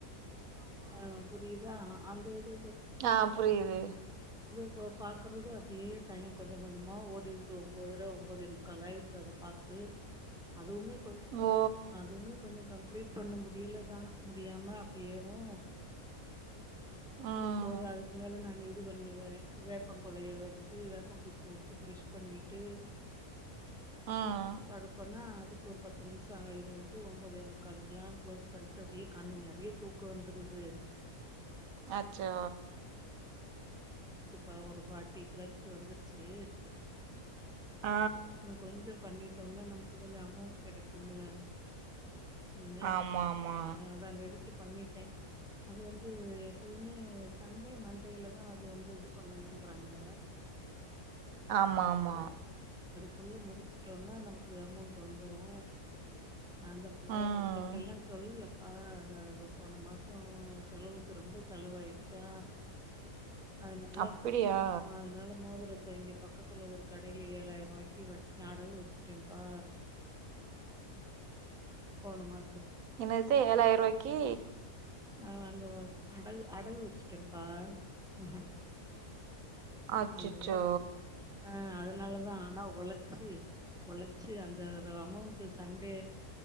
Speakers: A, in the centre; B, on the right.
A: ஆஹ் புரியுதா அந்த இது
B: ஆஹ் புரியுது
A: இப்ப பாக்கறது அப்படியே டைம் கொஞ்ச கொஞ்சமா ஓடிடுது ஒன்பதரை ஒன்பதே முக்கால் ஆயிருது அதை பார்த்து அதுவுமே போக்கோ
B: ஓ!
A: அதுவுமே கொஞ்சோ கம் ப்ளீட் பண்ண முடியலதா முடியாம அப்டியேவு
B: ம்.
A: போற அதுக்கு மேல நானு இது வண்ணுவ வேப்ப கொளய வச்சி வேப்ப குச்சி வச்சி ப்ரெஷ் பண்ணிட்டு
B: ம்.
A: படுப்பனா அதுக்கு ஒரு பத்து நிமிஷ ஆயிருன்ட்டு ஒன்பதே முக்காலுக்கெல்லா க்ளோஸ் பண்ட்டு அப்டியே கண்ணு நெறைய தூக்க வந்துருது
B: அச்சோ
A: இப்ப ஒரு ஃபார்ட்டி பிளஸ் வந்துருச்சி
B: ஆ.
A: நா கொஞ்சோ பண்ணிட்டு ட்டோன நமக்கு கொஞ்ச அமௌண்ட் கெடைக்கும்ல <unintelligible>
B: ஆமாமா.
A: ஹ அதா நெருக்கி பண்ணிட்டே அது வந் து எப்பயுமே சண்டே மண்டேலதா அது வந்து இது பண்ணணும்றாங்க
B: ஆமா ஆமா
A: குள்ள முடிச்சிட்டோம்னா நமக்கு அமௌண்ட் வந்துரு அந்த <inaudible>
B: ம்.
A: உங்கள்ட்ட எல்லா சொல்லல ப்ப அத அத போன மாசம் செலவுக்கு ரொம்ப செலவாயிருச்சா அதனால
B: அப்பிடியா?
A: ஆமா அதனால மோதிர இதோ இங்க பக்கத்துல ஒரு கடையில ஏலாயிர ரூபாய்க்கு வட் அடகு வச்சிட்டேம்ப்பா போன மா
B: இனத்த ஏலாயிரூபாய்க்கி
A: ஆஹ் அங்க அடகு அடகு வச்சிட்டேம்ப்பா ஆஹஹ
B: அச்சச்சோ
A: அல்லோ ஆஹ் அதனாலதா ஆனா ஒளச்சி உலச்சி அந்த ஒரு அமௌண்ட் சண்டே